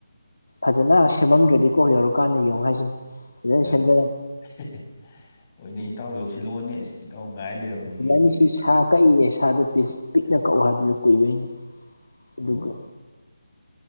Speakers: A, on the left (about 80°); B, on the left (about 35°).
A: ꯐꯖꯅ ꯁꯦꯝꯃꯝꯗ꯭ꯔꯗꯤꯀꯣ ꯌꯧꯔꯛꯀꯥꯟꯗ ꯌꯦꯡꯉꯨ ꯍꯥꯏꯁꯤꯅꯤ ꯐꯖꯅ
B: ꯑꯁ
A: ꯁꯦꯝꯖꯔ
B: ꯍꯦ ꯍꯦ ꯍꯣꯏꯅꯦ ꯏꯇꯥꯎ ꯌꯧꯁꯤꯜꯂꯛꯑꯣꯅꯦ ꯏꯇꯥꯎ ꯉꯥꯏ ꯂꯩꯔꯕꯅꯤꯅꯦ
A: ꯕꯥꯅꯤꯁꯤ
B: ꯑꯩꯈꯣꯏꯗꯤ
A: ꯁꯥ ꯀꯛꯏꯌꯦ ꯁꯥꯗꯣ ꯄꯤꯁ ꯄꯤꯛꯅ ꯀꯛꯎ ꯍꯥꯏꯕꯗꯨ ꯀꯨꯏꯕꯩꯅꯤ ꯑꯗꯨꯒ
B: ꯑꯣ